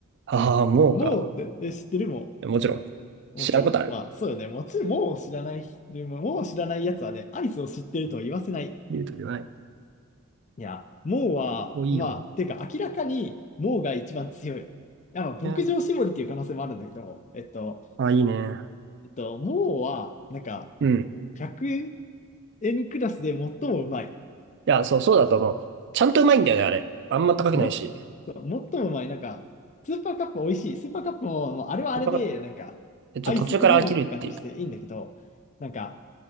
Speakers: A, on the right; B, on the left.
A: ああ、もうか。
B: もうって、え、知ってるも
A: もちろん。知らんことある
B: うもちろん。まあ、そうよね。もちろん、もう知らない、もう知らないやつはね、アイスを知ってるとは言わせない。
A: 言うと言わない。
B: いや、もうは、
A: もういいよ
B: まあ、てか、明らかに、もうが一番強い。いや、まあ、
A: な。
B: 牧場絞りっていう可能性もあるんだけど、
A: う
B: えっと、
A: あ、いいね。
B: えっと、もうは、なんか、
A: うん。い
B: 1 N クラスで最もうまい。
A: や、そう、そうだと思う。ちゃんとうまいんだよね、あれ。あんま高くないし。
B: そうもっと、最もうまい。なんか、スーパーカップ美味しい。スーパーカップも、もうあれはあれで、
A: やっぱ
B: なんか、
A: えちょ、
B: アイスクリームって感じしていいんだけど、
A: 途中から飽きるっていう。
B: なんか、